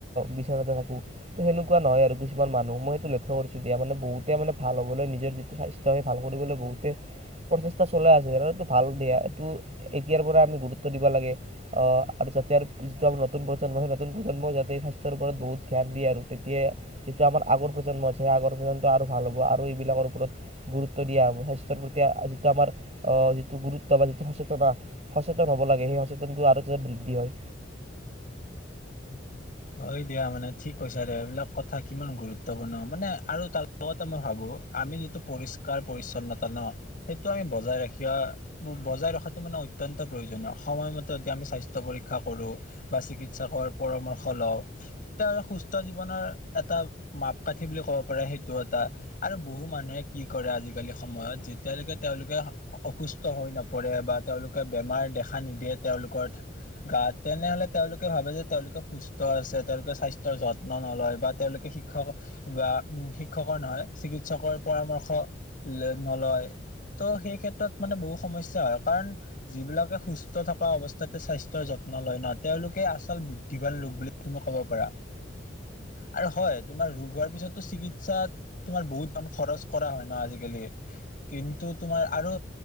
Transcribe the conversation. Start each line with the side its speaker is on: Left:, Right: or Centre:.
Right: বিচনতে থাকোঁ, সে কোৱা নহয় আৰু কিছুমান মানুহ, মই সেইটো লক্ষ্য কৰিছোঁ দিয়া। মানে বহুতে মানে, ভাল হ'বলৈ নিজৰ যিটো স্বাস্থ্য সেই ভাল কৰিবলৈ বহুতে প্ৰচেষ্টা চলাই আছে আৰু এইটো ভাল দিয়া, এইটো এতিয়াৰ পৰা আমি গুৰুত্ব দিব লাগে। অ'! আৰু যাতে আৰু যিটো আমাৰ নতুন প্ৰজন্ম সেই নতুন প্ৰজন্ম যাতে স্বাস্থ্যৰ ওপৰত বহুত ধ্যান দিয়ে আৰু। তেতিয়া যিটো আমাৰ আগৰ প্ৰজন্ম আছে, সেই আগৰ প্ৰজন্ম আৰু ভাল হ'ব আৰু এইবিলাকৰ ওপৰত গুৰুত্ব দিয়া হ'ব। স্বাস্থ্যৰ প্ৰতি যিটো আমাৰ অ'! যিটো গুৰুত্ব বা যিটো সচেতন সচেতন হব লাগে, সেই সচেতনতটো আৰু যাতে বৃদ্ধি হয়।
Left: হয় দিয়া। মানে, ঠিক কৈছা ৰে, এইবিলাক কথা কিমান গুৰুত্বপূৰ্ণ, মানে আৰু তাৰ লগতে মই ভাবো, আমি যিটো পৰিষ্কাৰ পৰিছন্নতা ন, সেইটো আমি বজাই ৰাখা বজাই ৰখাটো মানে অত্যন্ত প্ৰয়োজনীয়। সময়মতে যদি আমি স্বাস্থ্য পৰীক্ষা কৰোঁ বা চিকিৎসকৰ পৰামৰ হলেও তেওঁৰ সুস্থ জীৱনৰ এটা মাপকাঠি বুলি ক'ব পাৰে সেইটো এটা আৰু বহু মানুহে কি কৰে আজিকালি সময়ত যেতিয়ালৈকে তেওঁলোকে অসুস্থ হৈ নপৰে বা তেওঁলোকে বেমাৰ দেখা নিদিয়ে। তেওঁলোকৰ গাত তেনেহলে তেওঁলোকে ভাবে যে তেওঁলোকে সুস্থ। ত আছে তেওঁলোকে স্বাস্থ্যৰ যত্ন নলয় বা তেওঁলোকে শিক্ষক বা উ শিক্ষকৰ নহয় চিকিৎসকৰ পৰামৰ্শ নলয়, ত' সেই ক্ষেত্ৰত মানে বহুত সমস্যা হয়। কাৰণ যিবিলাকে সুস্থ থকা অৱস্থাতে স্বাস্থ্যৰ যত্ন লয় ন তেওঁলোকে আচল বুদ্ধিবান লোক বুলি। তুমি কব পাৰা আৰু হয় তোমাৰ ৰোগ হোৱাৰ পিছতো চিকিৎসাত তোমাৰ বহুত ধন খৰচ কৰা হয় ন' আজিকালি কিন্তু তোমাৰ আৰু